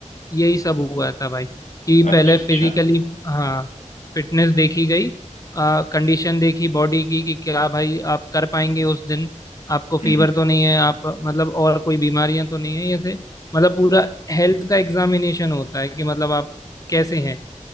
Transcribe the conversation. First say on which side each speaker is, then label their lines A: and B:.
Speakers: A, on the left (about 25°); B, on the left (about 70°).
A: यही सब हुआ था भाई कि
B: अच्छा
A: पहले फिजिकली
B: अच्छा
A: हाँ फिटनेस देखी गई कंडीशन देखी बॉडी की कि क्या भाई आप कर पाएंगे उस दिन आपको फीवर
B: हम्म, हम्म।
A: तो नहीं है आप मतलब और कोई बीमारियां तो नहीं है जैसे मतलब पूरा हेल्थ का एग्जामिनेशन होता है कि मतलब आप कैसे हैं